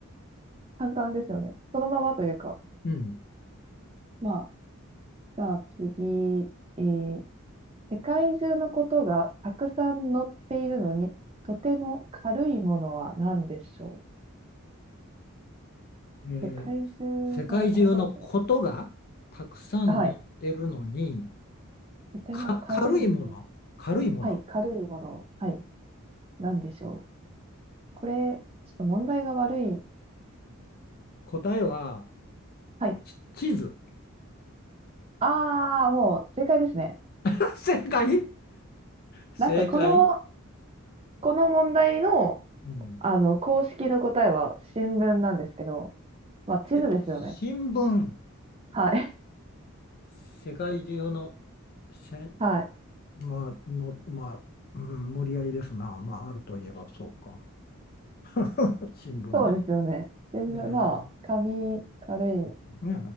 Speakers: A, on the right; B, on the left.
A: 簡単ですよね。そのままというか、
B: うん。
A: まあ、じゃあ次、えー世界中のことがたくさん載っているのに、とても軽いものは何でしょ
B: えー
A: う世界中のことが、
B: 世界中のことがたくさん載ってるのに、
A: はい、とても軽いもの、
B: か、軽いもの、軽いもの。
A: はい、軽いもの、はい、何でしょうこれ、ちょっと問題が悪い。
B: 答えは、
A: はい。
B: ち地図。
A: ああ、もう正解ですね。
B: <laughs> 正解正解。
A: なんかこの、この問題の、
B: うん。
A: あの、公式の答えは新聞なんですけど、まあ、地図ですよね。
B: え、新聞、
A: はい。
B: 世界中の、せ、
A: <laughs> はい。
B: まあ、の、まあ、うん、無理やりですな。まあ、あるといえばそうか。<laughs> 新聞ね。
A: そうですよね。新聞、
B: えー
A: まあ、紙、軽い。
B: ね